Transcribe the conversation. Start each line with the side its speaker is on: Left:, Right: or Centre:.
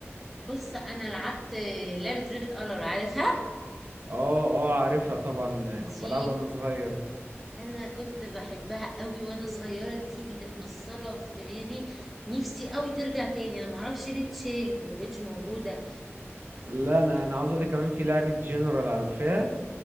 Centre: بص انا لعبت لعبة ريد الر عارفها
Right: اه اه عارفها طبعا
Centre: دي
Right: كنت بلعبها وانا صغير
Centre: انا كنت بحبها قوي وانا صغيره دي اللي مأثره في دماغي نفسي قوي ترجع تاني انا ما اعرفش ليه اتشالت ما بقتش موجوده
Right: لا انا انا عاوز اقول لك كمان في لعبة جنرال على الفا